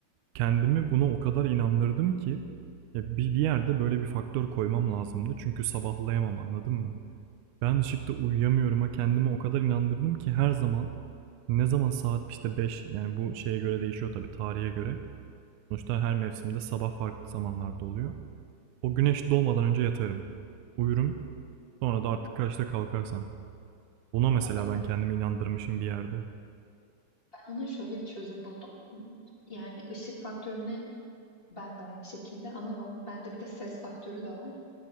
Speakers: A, on the right (about 75°); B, on the left (about 25°).
A: Kendimi buna o kadar inandırdım ki ya bi bir yerde böyle bir faktör koymam lazımdı. Çünkü sabahlayamam, anladın mı? Ben ışıkta uyuyamıyorum'a kendimi o kadar inandırdım ki her zaman ne zaman saat, işte, beş yani bu şeye göre değişiyor tabii, tarihe göre. Sonuçta her mevsimde sabah farklı zamanlarda oluyor. O güneş doğmadan önce yatarım. Uyurum. Sonra da artık kaçta kalkarsam. Buna mesela
B: Ha, ben
A: ben kendimi inandırmışım bir yerde.
B: ben ona şöyle bir çözüm buldum. Yani ışık faktörüne ben de aynı şekilde ama ben, bende bir de ses faktörü de var.